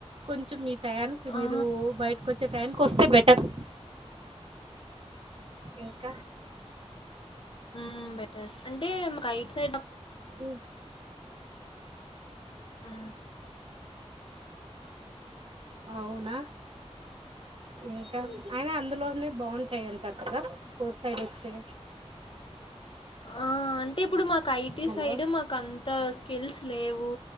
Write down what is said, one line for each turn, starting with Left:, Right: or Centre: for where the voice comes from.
Right: కొంచెం మీ టైయానికి
Left: ఆ!
Right: మీరు బయటకు వచ్చే టైంకి వస్తే బెటర్ ఇంక
Left: మ్ బెటర్ అంటే మాకు ఐదు సైడ్
Right: ఉ
Left: ఆ
Right: అవున ఇంక అయిన అందులోనే బాగుంటాయి అంటారు కదా కోర్ సైడ్ వస్తే
Left: ఆ అంటే ఇప్పుడు మాకు ఐటీ
Right: హలో
Left: సైడ్ మాకు అంత స్కిల్స్ లేవు